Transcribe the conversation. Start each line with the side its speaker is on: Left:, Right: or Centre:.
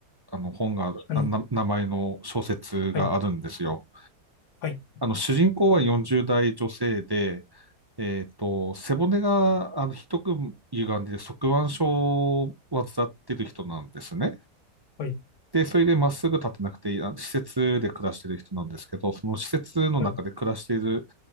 Right: あの、本が、
Left: あん
Right: あな、名前の小説があるんですよ。
Left: はい。はい。
Right: あの、主人公は40代女性で、えっと、背骨が、あの、ひどく歪んで、側弯症を患ってる人なんですね。
Left: はい。
Right: で、それでまっすぐ立てなくていい、あの施設で暮らしてる人なんですけど、その施設の中で暮らしている、
Left: はい。